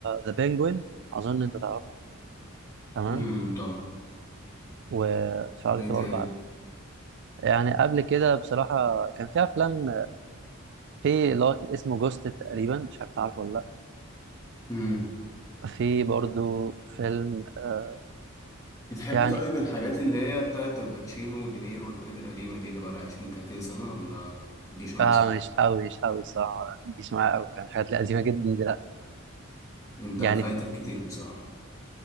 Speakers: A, on the right; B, on the left.
A: ذا بينجوين أظن أنت تعرفه تمام
B: امم طبعا
A: واتفرجت
B: ايه تاني
A: برضه على يعني قبل كده بصراحة كان في أفلام في اللي هو اسمه جوست تقريبا مش عارف تعرفه ولا
B: امم
A: لأ في برضه فيلم آه،
B: بتحب
A: يعني
B: طيب الحاجات اللي هي بتاعت الباتشينو ودينيرو والحاجات القديمة دي اللي بقالها 20 30 سنة ولا متجيش معاك
A: آه
B: سكة
A: مش أوي مش أوي الصراحة ما بيجيش معايا أوي يعني حاجات لذيذة جدا دلوقتي
B: انت
A: يعني
B: فايتك
A: في...
B: كتير بصراحة